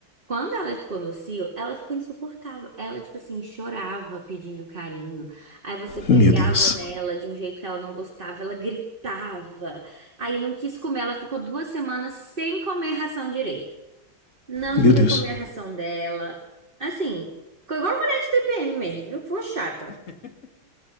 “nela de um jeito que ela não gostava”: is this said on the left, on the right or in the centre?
Right